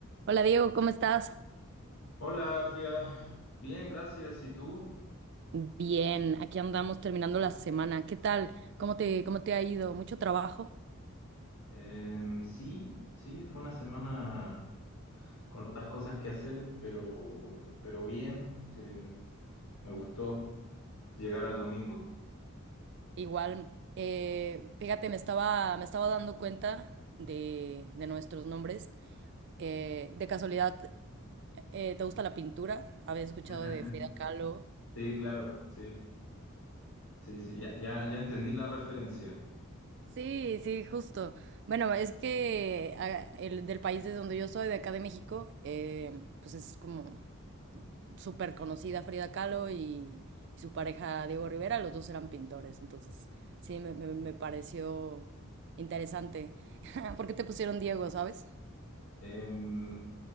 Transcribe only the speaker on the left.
Hola, Frida. Bien, gracias. ¿Y tú?
Em, sí, sí, fue una semana con otras cosas que hacer, pero, pero bien. Este, me gustó llegar al domingo.
<laughs>
Sí, claro, sí, sí, sí, ya, ya, ya entendí la referencia.
Em,